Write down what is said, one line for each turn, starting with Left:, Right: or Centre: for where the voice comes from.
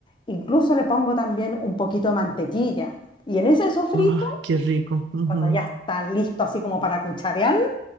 Left: Incluso le pongo también un poquito de mantequilla. Y en ese sofrito,
Right: Ay, qué rico. Ujú.
Left: cuando ya está listo así como para cucharearlo,